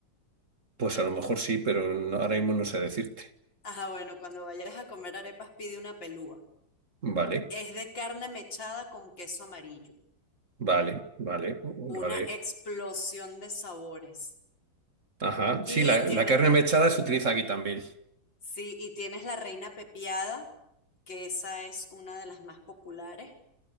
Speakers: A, on the right (about 40°); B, on the left (about 80°).
A: Pues a lo mejor sí, pero no- ahora mismo no sé decirte.
B: Ajá, bueno, cuando vayas a comer arepas, pide una pelúa.
A: Vale,
B: Es de carne mechada con queso amarillo.
A: vale, vale, lo
B: Una
A: haré.
B: explosión de sabores.
A: Ajá.
B: Y
A: Sí, la,
B: tienes,
A: la carne mechada se utiliza aquí también.
B: sí, y tienes la reina pepiada, que esa es una de las más populares,